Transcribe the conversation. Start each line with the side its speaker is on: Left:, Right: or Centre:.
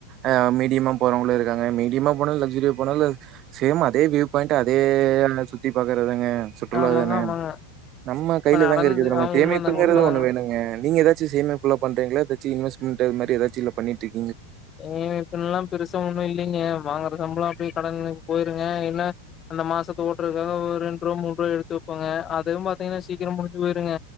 Right: ஆஹ் மீடியமா போறவங்களும் இருக்காங்க மீடியமா போனாலும் லக்சுரியா போனாலும் சேம் அதே வியூ பாயிண்ட் அதே சுத்தி பாக்குறதாங்க சுற்றுலா
Left: ஆமாங்க,
Right: தான
Left: ஆமாங்க.
Right: நம்ம கையில
Left: இப்ப நடந்து
Right: தாங்க இருக்குது நம்ம
Left: ஆ
Right: சேமிப்புங்கறது
Left: உண்மதாங்க, உண்மதாங்க.
Right: ஒண்ணு வேணுங்க நீங்க ஏதாச்சும் சேமிப்பெல்லா பண்றீங்கள ஏதாச்சும் இன்வெஸ்மென்ட் இதுமாறி ஏதாச்சும் இல்ல பண்ணிட்டு இருக்கு
Left: ஏ இதல்லாம் பெருசு ஒன்னும் இல்லைங்க வாங்குற சம்பளம் அப்படியே கடன்க்கு போயிருங்க ஏன்னா அந்த மாசத்த ஓட்டுறக்காக ஒரு ரெண்ரூபா மூணு ரூபா எடுத்து வைப்பேங்க அதுவும் பாத்தீங்கன்னா சீக்கிரம் முடிஞ்சு போயிருங்க